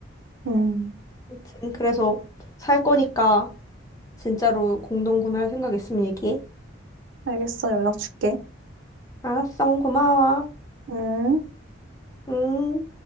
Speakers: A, on the right; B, on the left.
A: 음.
B: 아무튼 그래서 살 거니까 진짜로 공동 구매할 생각 있으면 얘기해.
A: 알겠어. 연락 줄게.
B: 알았어, 고마워.
A: 응?
B: 응.